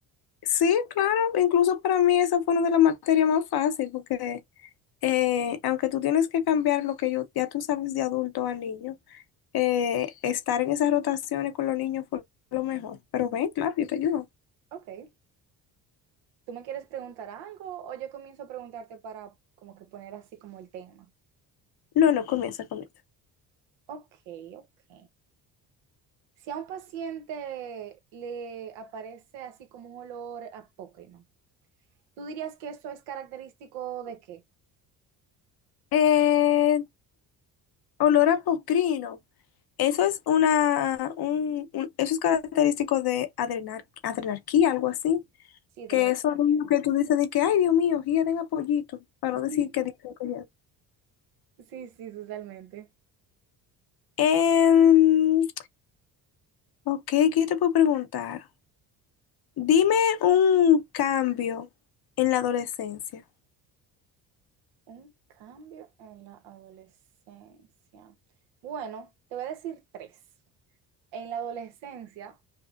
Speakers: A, on the left; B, on the right.
A: sí, claro. Incluso para mí esa fue una de las materias más fáciles porque eh, aunque tú tienes que cambiar lo que yo, ya tú sabes de adulto a niño, eh, estar en esas rotaciones con los niños fue lo mejor. Pero ven, claro, yo te ayudo.
B: Ok. ¿Tú me quieres preguntar algo o yo comienzo a preguntarte para como que poner así como el tema?
A: No, no, comienza, comienza.
B: Ok, ok. Si a un paciente le aparece así como un olor apócrino, ¿tú dirías que eso es característico de qué?
A: Eh, olor a pocrino. Eso es una, un, un- eso es característico de adrenar, adrenarquía, algo así.
B: Sí, de
A: Que
B: la descarga.
A: eso es lo que tú dices de que, ay, Dios mío, quieren a pollito, para
B: <laughs>
A: no decir
B: Sí,
A: que dicen que
B: sí, sí, totalmente.
A: Eh, ok, ¿qué te puedo preguntar? Dime un cambio en la adolescencia.
B: Un cambio en la adolescencia. Bueno, te voy a decir tres. En la adolescencia